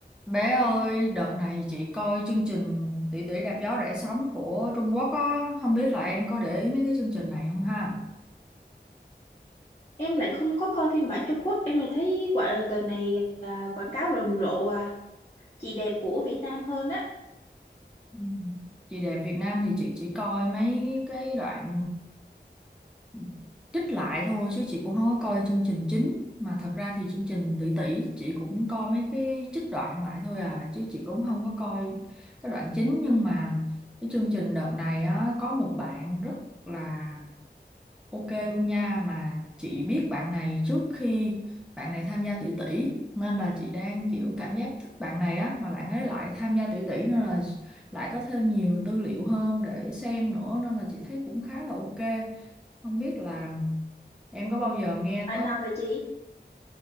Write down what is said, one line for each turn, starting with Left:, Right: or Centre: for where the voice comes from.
Centre: Bé ơi, đợt này chị coi chương trình Tỷ tỷ đạp gió rẽ sóng của Trung Quốc á, không biết là em có để ý mấy cái chương trình này không ha?
Left: Em lại không có coi phim bản Trung Quốc, em lại thấy quả đợt này à, quảng cáo rầm rộ à, chị đẹp của Việt Nam hơn á.
Centre: Ừ. Chị đẹp Việt Nam thì chị chỉ coi mấy cái đoạn ờ, trích lại thôi chứ chị cũng không có coi chương trình chính. Mà thật ra thì chương trình Tỷ tỷ chị cũng coi mấy cái trích đoạn lại thôi à, chứ chị cũng không có coi cái đoạn chính nhưng mà cái chương trình đợt này á có một bạn rất là Ok luôn nha mà chị biết bạn này trước khi bạn này tham gia tỷ tỷ nên là chị đang kiểu cảm giác thích bạn này á mà bạn ấy lại tham gia tỷ tỷ nên là lại có thêm nhiều tư liệu hơn để xem nữa nên là chị thấy cũng khá là ok. Không biết là em có bao giờ nghe
Left: Bạn
Centre: tới
Left: nào vậy chị?